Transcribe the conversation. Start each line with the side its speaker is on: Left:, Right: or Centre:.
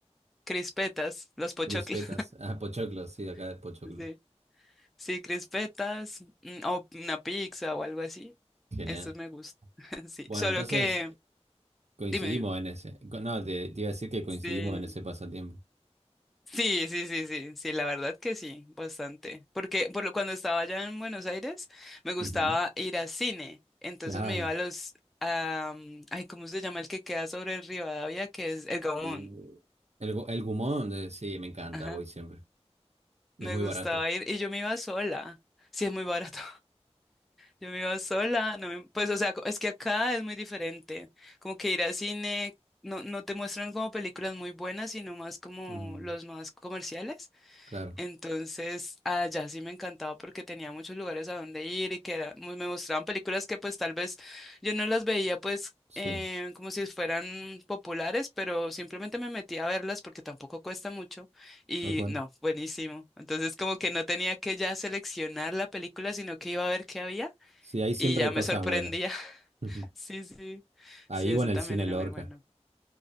Centre: Crispetas, los pochoclos.
Right: ¿Crispetas? Ah, pochoclos, sí, acá
Centre: <laughs>
Right: pochoclos.
Centre: sí Sí, crispetas mm, o una pizza o algo así.
Right: Genial.
Centre: Estos me gustan. <laughs> Sí,
Right: Bueno,
Centre: solo
Right: entonces
Centre: que,
Right: coincidimos
Centre: dime, dime.
Right: en ese. co- No, te, te iba a decir que coincidimos
Centre: Sí,
Right: en ese pasatiempo.
Centre: sí, sí, sí, sí, sí, la verdad que sí, bastante. Porque por lo, cuando estaba allá en Buenos Aires, me gustaba
Right: Ujú,
Centre: ir a cine. Entonces
Right: Claro.
Centre: me iba a los, am, ay, ¿cómo se llama el que queda sobre el Rivadavia? Que es el Gaumont.
Right: Eh, El, gu- el gumón, eh, sí, me encanta,
Centre: Ajá.
Right: voy siempre. Y
Centre: Me
Right: es muy
Centre: gustaba
Right: barato.
Centre: ir y yo me iba sola. Sí, es muy barato. Yo me iba sola, no me- pues o sea, es que acá es muy diferente, como que ir al cine, no, no te muestran como películas muy buenas, sino más como
Right: Mm,
Centre: los más comerciales,
Right: claro,
Centre: entonces allá sí me encantaba porque tenía muchos lugares a donde ir y que era- mu- me mostraban películas que pues tal vez yo no las veía pues
Right: sí,
Centre: eh, como si fueran populares, pero simplemente me metía a verlas porque tampoco cuesta mucho y
Right: tal cual.
Centre: no, buenísimo, entonces como que no tenía que ya seleccionar la película, sino que iba a ver qué había.
Right: Sí, ahí siempre
Centre: Y ya
Right: hay cosas
Centre: me sorprendía.
Right: buenas.
Centre: <laughs>
Right: Ujú.
Centre: Sí, sí.
Right: Ahí
Centre: Sí, eso
Right: o en el
Centre: también
Right: cine
Centre: era
Right: Lorca.
Centre: muy bueno.